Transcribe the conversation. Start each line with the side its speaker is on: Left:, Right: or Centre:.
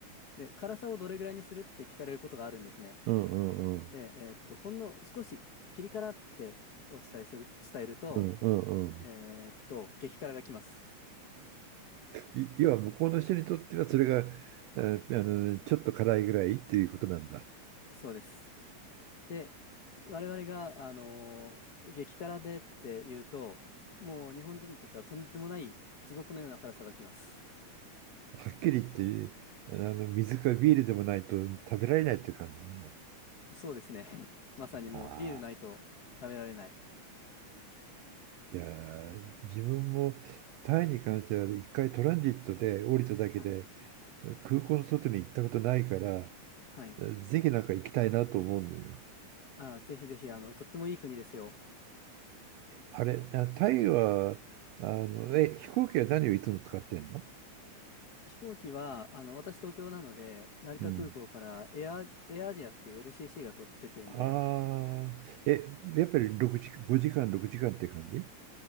Left: ーで、辛さをどれぐらいにするって聞かれることがあるんですね。
Right: うんうんうん。
Left: で、えーっと、ほんの少しピリ辛ってお伝えする、伝えると、
Right: うんうんうん。
Left: えーっと、激辛が来ます。
Right: い要は向こうの人にとってはそれが、えーあの、ちょっと辛いぐらいっていうことなんだ。
Left: そうです。で、我々が、あのー激辛でって言うと、もう日本人にとってはとんでもない地獄のような辛さが来ます。
Right: はっきり言って、あの、水かビールでもないと食べられないっていう感じだね。
Left: そうですね。まさにもうビールないと食べられない。
Right: あいやー自分もタイに関しては一回トランジットで降りただけで
Left: はい。
Right: 空港の外に行ったことないから
Left: はい。
Right: ぜひなんか行きたいなと思うんだよ。
Left: あー、ぜひぜひ、あの、とってもいい国ですよ。
Right: あれ、あタイはあのえ飛行機は何をいつも使ってんの
Left: 飛行機は、あの、私東京なので、成田空港からエア、
Right: うん。
Left: エアアジアっていう LCC が取ってってるんで、
Right: ああ、え、やっぱり六時、5時間、6時間って感じ